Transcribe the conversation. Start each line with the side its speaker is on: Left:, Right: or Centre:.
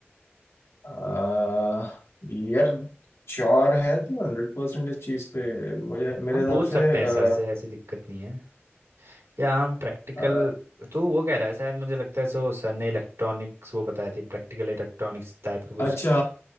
Left: अह, यार श्योर है तो हंड्रेड परसेंट इस चीज पे मुझे मेरे
Right: हम
Left: हिसाब
Right: पूछ सकते
Left: से अह,
Right: हैं सर से ऐसी दिक्कत नहीं है या हम प्रैक्टिकल
Left: अह,
Right: तो वो कह रहा है शायद मुझे लगता है सो सर ने इलेक्ट्रॉनिक्स वो बताया थी प्रैक्टिकल इलेक्ट्रॉनिक्स टाइप का कुछ
Left: अच्छा